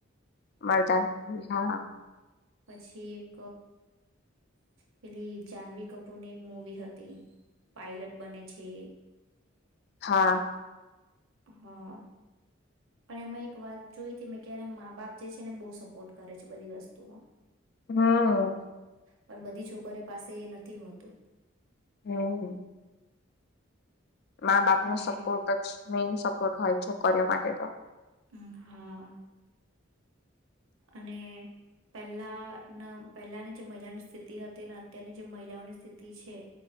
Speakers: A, on the left (about 50°); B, on the right (about 80°).
A: મરદાની હા
B: પછી એક પેલી જાનવીકપૂરની મૂવી હતી પાયલટ બને છે.
A: હા.
B: હા પણ એમાં એક વાત જોઈ હતી મેં ક્યારે મા બાપ જે છે ને બહુ સપોર્ટ કરે છે બધી વસ્તુમાં.
A: હા.
B: પણ બધી છોકરીઓ પાસે એ નથી હોતું.
A: હમ. મા બાપ
B: અને
A: નો સપોર્ટ જ મેઈન સપોર્ટ હોય. કર માટે તો.
B: મ હા અને પેલા ના પેલાની જે મહિલાઓની સ્થિતિ હતી ને અત્યારની જે મહિલાઓની સ્થિતિ છે